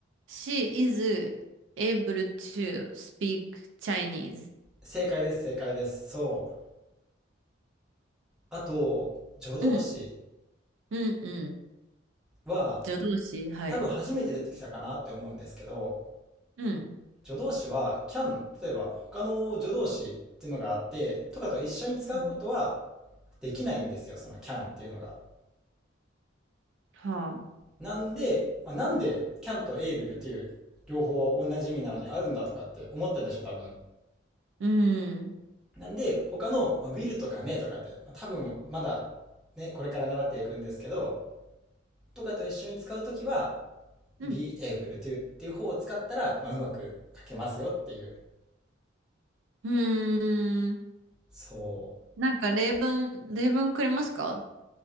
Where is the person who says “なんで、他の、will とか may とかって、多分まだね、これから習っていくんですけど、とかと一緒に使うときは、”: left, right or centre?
Centre